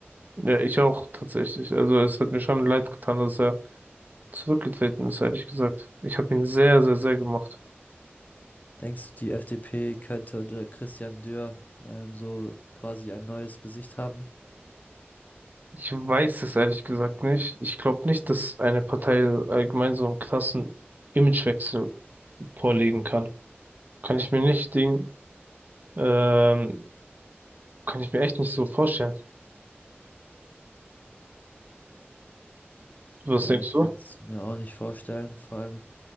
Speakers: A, on the right; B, on the left.
A: Ja, ich auch tatsächlich. Also es hat mir schon leid getan, dass er zurückgetreten ist, ehrlich gesagt. Ich habe ihn sehr, sehr, sehr gemocht.
B: Denkst du, die FDP könnte unter Christian Dürr ähm, so quasi ein neues Gesicht haben?
A: Ich weiß es ehrlich gesagt nicht. Ich glaube nicht, dass eine Partei allgemein so einen krassen Imagewechsel vorlegen kann. Kann ich mir nicht Ding, ähm, kann ich mir echt nicht so vorstellen. Was
B: Ja,
A: denkst
B: ich kann
A: du?
B: es mir auch nicht vorstellen. Vor allem,